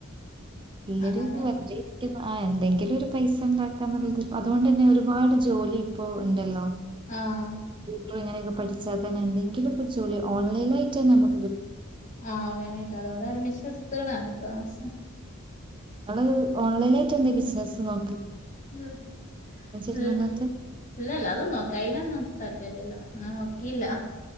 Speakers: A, on the right; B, on the left.
A: എല്ലരും
B: അങ്ങനെ
A: പ്പം വെറ്തെയിരിക്ക ആ എന്തെങ്കിലും ഒരു പൈസ ഉണ്ടാക്കാ എന്നുള്ളത് അതുകൊണ്ട് തന്നെ ഒരുപാട് ജോലി ഇപ്പോൾ ഉണ്ടല്ലോ
B: ആഹ
A: ഇപ്പോങ്ങനൊക്കെ പഠിച്ചാൽന്നെ എന്തെങ്കിലൊക്കെ ജോലി ഓൺലൈ ആയിട്ട തന്നെ നമു
B: ആ ഓൺലൈനായിട്ട് അതൊണ്ട് അഡ്മിഷൻ എടുത്ണ്അടുത്ത മാസം
A: ആള് ഓൺലൈന ആയിട്ട് എന്ത ബിസിന നോ
B: ഉ
A: ഇടുന്നതിനൊക്കെ?
B: ഇല്ല ഇല്ലല്ല അതൊ നോക്കാം അയ്നൊന്നും താല് ല്ല അങ്ങനെ നോക്കിയില്ല